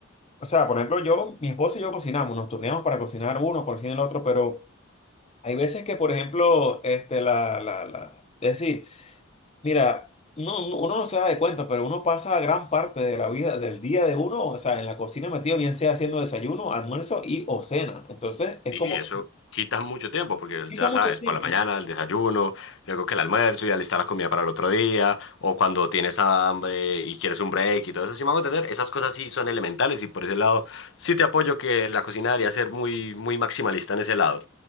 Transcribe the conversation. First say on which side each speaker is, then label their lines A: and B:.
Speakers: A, on the left; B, on the left.
A: o sea, por ejemplo, yo, mi esposa y yo cocinamos, nos turneamos para cocinar uno, cocina el otro, pero hay veces que, por ejemplo, este, la, la, la, es decir, Mira, no, no- uno no se da de cuenta, pero uno pasa gran parte de la vida, del día de uno, o sea, en la cocina metido, bien sea haciendo desayuno, almuerzo y o cena. Entonces, es
B: Y
A: como
B: eso
A: que
B: quita mucho tiempo, porque
A: quita
B: ya
A: mucho
B: sabes,
A: tiempo.
B: por la mañana el desayuno, luego que el almuerzo y alistar la comida para el otro día, o cuando tienes hambre y quieres un break y todo eso, sí vamos a entender, esas cosas sí son elementales y por ese lado sí te apoyo que la cocina debería ser muy, muy maximalista en ese lado.